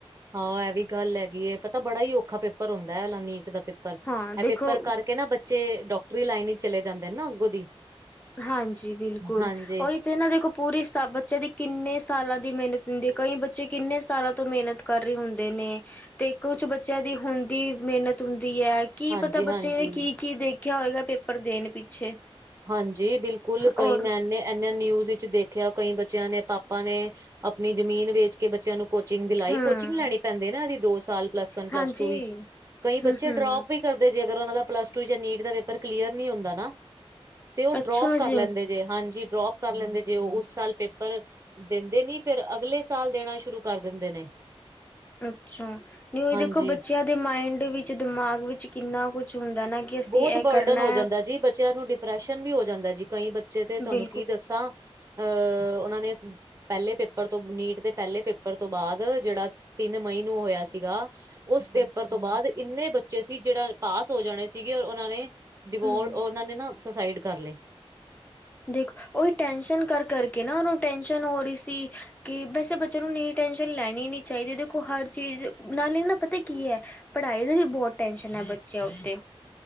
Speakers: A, on the right; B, on the left.
A: ਆਹੋ ਇਹ ਵੀ ਗੱਲ ਹੈਗੀਏ ਪਤਾ ਬੜਾ ਹੀ ਔਖਾ ਪੇਪਰ ਹੁੰਦਾ ਹੈ ਆ ਨੀਟ ਦਾ ਪੇਪਰ ਪੇਪਰ
B: ਹਾਂ ਦੇਖੋ
A: ਇਹ ਪੇਪਰ ਕਰਕੇ ਨਾ ਬੱਚੇ ਡਾਕਟਰੀ ਲਾਈਨ ਚ ਚਲੇ ਜਾਂਦੇ ਨੇ ਨਾ ਅੱਗੋਂ ਦੀ।
B: ਹਾਂਜੀ ਬਿਲਕੁੱਲ
A: ਹਾਂਜੀ
B: ਉਹ ਤੇ ਇਹਨਾਂ ਦੇਖੋ ਪੂਰੀ ਸਬ ਬੱਚਿਆ ਦੀ ਕਿੰਨੇ ਸਾਲਾਂ ਦੀ ਮੇਨਤ ਹੁੰਦੀ ਹੈ। ਕਈ ਬੱਚੇ ਕਿੰਨੇ ਸਾਲਾਂ ਤੋਂ ਮੇਨਤ ਕਰ ਰਹੇ ਹੁੰਦੇ ਨੇ ਤੇ ਕੁੱਛ ਬੱਚਿਆਂ ਦੀ ਹੁੰਦੀ ਦੀ ਮਿਹਨਤ ਹੁੰਦੀ ਹੈ ਕੀ
A: ਹਾਂਜੀ-ਹਾਂਜੀ,
B: ਪਤਾ ਬੱਚੇ ਨੇ
A: ਹਾਂਜੀ
B: ਕੀ ਕੀ ਦੇਖ <unintelligible> ਹੋਏਗਾ ਪੇਪਰ ਦੇਣ ਪਿੱਛੇ
A: ਹਾਂਜੀ ਬਿਲਕੁਲ, ਕਈ
B: ਔਰ
A: ਨੈਨ ਨੇ ਇੰਨੇ ਨਿਊਜ਼ ਵਿੱਚ ਦੇਖ <unintelligible> ਕਈ ਬੱਚਿਆਂ ਨੇ ਪਾਪਾ ਨੇ ਆਪਣੀ ਜਮੀਨ ਵੇਚ ਕੇ ਬੱਚਿਆਂ ਨੂੰ ਕੋਚਿੰਗ ਦਿਲਾਈ
B: ਹੂੰ,
A: ਕੋਚਿੰਗ ਲੈਣੀ ਪੈਂਦੇ ਨਾ ਇਹਦੀ ਦੋ ਸਾਲ ਪਲੱਸ ਵਨ ਪਲੱਸ
B: ਹਾਂਜੀ,
A: ਟੂ ਵਿੱਚ ਕਈ ਬੱਚੇ
B: ਹੂੰ-ਹੂੰ,
A: ਡਰੋਪ ਵੀ ਕਰਦੇ ਜੇ ਅਗਰ ਉਹਨਾਂ ਦਾ ਪਲੱਸ ਟੂ ਚ ਨੀਟ ਦਾ ਪੇਪਰ ਕਲੀਅਰ ਨਿ ਹੁੰਦਾ ਨਾ ਤੇ ਉਹ
B: ਅੱਛਾ
A: ਡਰੋਪ ਕਰ
B: ਜੀ।
A: ਲੈਂਦੇ ਜੇ, ਹਾਂਜੀ ਡਰੋਪ ਕਰ ਲੈਂਦੇ ਜੇ, ਉਹ ਉਸ ਸਾਲ ਪੇਪਰ। ਦਿੰਦੇ ਨੀ ਫਿਰ ਅਗਲੇ ਸਾਲ ਦੇਣਾ ਸ਼ੁਰੂ ਕਰ ਦਿੰਦੇ ਨੇ
B: ਅੱਛਾ ਨਹੀਂ ਉਹੀ
A: ਹਾਂਜੀ।
B: ਦੇਖੋ ਬੱਚਿਆਂ ਦੇ ਮਾਇੰਡ ਵਿੱਚ ਦਿਮਾਗ ਵਿੱਚ ਕਿੰਨਾ ਕੁੱਛ ਹੁੰਦਾ ਨਾ ਕਿ ਅਸੀਂ
A: ਬਹੁਤ
B: ਇਹ
A: ਬਰਡਨ
B: ਕਰਨਾ
A: ਹੋ ਜਾਂਦਾ ਜੀ ਬੱਚਿਆਂ ਨੂੰ ਡਿਪ੍ਰੈਸ਼ਨ ਵੀ ਹੋ ਜਾਂਦਾ ਜੀ ਕਈ ਬੱਚੇ ਤੇ ਤੁਹਾਨੂੰ
B: ਬਿਲਕੁਲ
A: ਕੀ ਦੱਸਾਂ ਅਹ ਉਹਨਾਂ ਨੇ ਪਹਿਲੇ ਪੇਪਰ ਤੋਂ ਨੀਟ ਦੇ ਪਹਿਲੇ ਪੇਪਰ ਤੋਂ ਬਾਅਦ ਜਿਹੜਾ ਤਿੰਨ ਮਈ ਨੂੰ ਹੋਇਆ ਸੀਗਾ ਉਸ ਪੇਪਰ ਤੋਂ ਬਾਅਦ ਇੰਨੇ ਬੱਚੇ ਸੀ ਜਿਹੜਾ ਪਾਸ ਹੋ ਜਾਣੇ ਸੀ। ਸੀਗੇ ਔਰ ਉਹਨਾਂ ਨੇ ਡਿਵੋਰ
B: ਹੂੰ,
A: ਉਹਨਾਂ ਨੇ ਨਾ ਸੁਸਾਈਡ ਕਰ ਲਏ
B: ਦੇਖ ਉਹੀ ਟੈਸ਼ਨ ਕਰ ਕਰਕੇ ਨਾ ਉਹਨੂੰ ਟੈਸ਼ਨ ਹੋ ਰਹੀ ਸੀ ਕਿ ਵੈਸੇ ਬੱਚਿਆਂ ਨੂੰ ਇਨੀ ਟੈਸ਼ਨ ਲੈਣੀ ਨਹੀ ਚਾਹੀਦੀ ਦੇਖੋ ਹਰ ਚੀਜ਼ ਨਾਲਏ ਨਾ ਪਤਾ ਕੀ ਏ ਪੜ੍ਹਾਈ ਦਾ ਵੀ ਬਹੁਤ ਟੈਸ਼ਨ ਹੈ ਬੱਚਿਆਂ ਉੱਤੇ